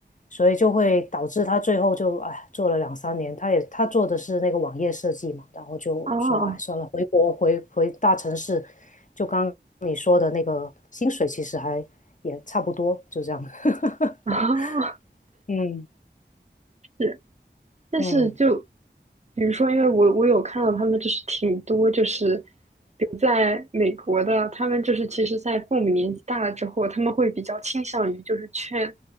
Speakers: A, on the left; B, on the right.
A: 所以就会导致他最后就哎做了两三年，他也他做的是那个网页设计嘛，然后就说哎算了，
B: 哦
A: 回国回回大城市，就刚刚你说的那个薪水其实还也差不多，就这样。<laughs>
B: 哦，<laughs>
A: 嗯
B: 是但是就
A: 嗯。
B: 比如说，因为我我有看到他们就是挺多就是留在美国的，他们就是其实，在父母年纪大了之后，他们会比较倾向于就是劝